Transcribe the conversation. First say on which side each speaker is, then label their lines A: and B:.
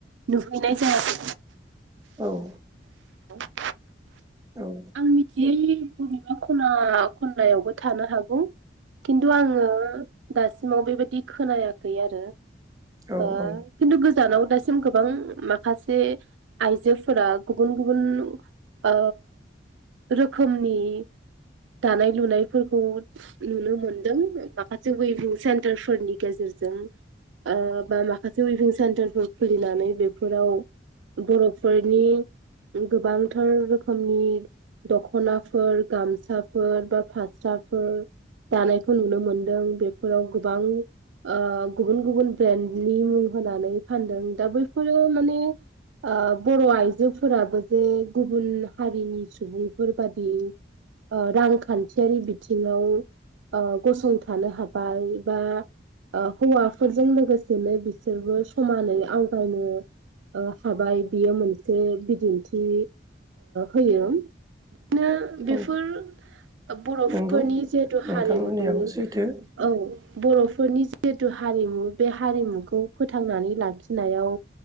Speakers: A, on the right; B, on the right.
A: नुहैनाय जायाखै
B: औ
A: <unintelligible>
B: औ
A: आं मिथियै बबेबा खना खनलायावबो थानो हागौ खिन्थु आंङो दासिमाव बेबायदि खोनायाखै आरो
B: औ
A: ओ
B: औ
A: खिन्थु गो जानाव दासिम गोबां माखासे आइजोफोरा गुबुन गुबुन ओ रोखोमनि दानाय लुनायफोरखौ नुनो मोनदों माखासे वेभिं सेन्टारफोरनि गेजेरजों ओ बा माखासे वेभिं सेन्टारफोर खुलिनानै बेफोराव बर'फोरनि गोबांथार रोखोमनि दख'नाफोर गामसाफोर बा फास्राफोर दानायखौ नुनो मोनदों बेफोराव गोबां ओ गुबुन गुबुन ब्रेन्डनि मुं होनानै फानदों दा बैफोरो माने ओ बर' आइजोफोराबो जे गुबुन हारिनि सुबुंफोर बादि ओ रांखान्थियारि बिथिंङाव ओ गसंथानो हाबाय बा ओ हौवाफोरजों लोगोसेनो बिसोरबो समानै आवगायनो ओ हाबाय बियो मोनसे बिदिन्थि होयो बिदिनो बेफोर
B: औ
A: बर'फोरनि
B: नंगौ
A: जिहेतु
B: नोंथां
A: हारिमु
B: होननायाबो सैथो
A: औ बर' फोरनि जिहेतु हारिमु बे हारिमुखौ फोथांनानै लाखिनायाव